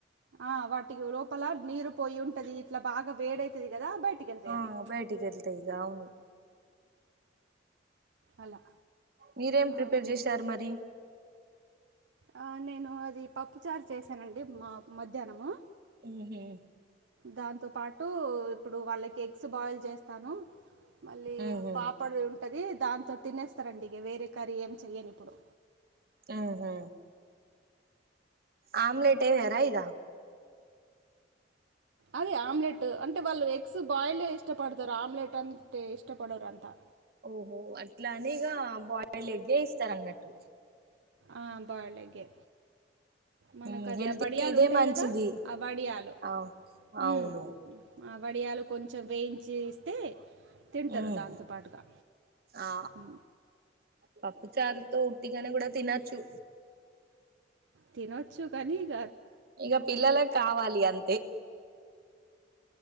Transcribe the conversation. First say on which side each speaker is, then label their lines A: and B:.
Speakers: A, on the right (about 75°); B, on the right (about 55°).
A: ఆ వాటికి లోపల నీరు పోయి ఉంటది ఇట్లా బాగా వేడైతది కద బైటికెళ్తయ్
B: ఆ
A: అవి
B: బయటికి వెళ్తాయి ఇక అవును
A: అలా
B: మీరేం
A: ఆ,
B: ప్రిపేర్
A: ఉమ్,
B: చేశారు మరి
A: ఆ నేను అది పప్పు చారు చేసానండి మా మధ్యాహ్నము.
B: ఊహు
A: దాంతో పాటు ఇప్పుడు వాళ్ళకి ఎగ్స్ బాయిల్ చేస్తాను. మళ్ళీ
B: ఉహు
A: పాపడు ఉంటది దాంతో తినేస్తారండి ఇక వేరే కర్రీ ఏం చెయను ఇప్పుడు
B: ఊహు ఆమ్లేట్ ఏయరా ఇగ
A: అదే ఆమ్లెట్ అంటే వాళ్ళు ఎగ్స్ బాయిల్డ్ ఏ ఇష్టపడతారు ఆమ్లెట్ అంటే ఇష్టపడరు అంతా
B: ఓహో అట్లాని ఇక బాయిల్ ఎగ్గే ఇస్తరు అన్నట్టు
A: ఆ బాల్డ్ ఎగ్గే మనకు
B: ఉమ్
A: అవి
B: హెల్త్
A: అ బడియాలు
B: కి ఇదే
A: ఉంటాయి
B: మంచిది
A: కదా అ వడియాలు
B: ఆ
A: ఊ
B: అవును
A: ఆ వడియాలు కొంచెం వేయించి ఇస్తే తింటరు
B: ఉమ్
A: దాంతో పాటుగా
B: ఆ
A: ఊ
B: పప్పు చారుతో ఉటిగనే కూడ తినచ్చు
A: తినొచ్చు కానీ ఇగ
B: ఇగ పిల్లలకు కావాలి అంతే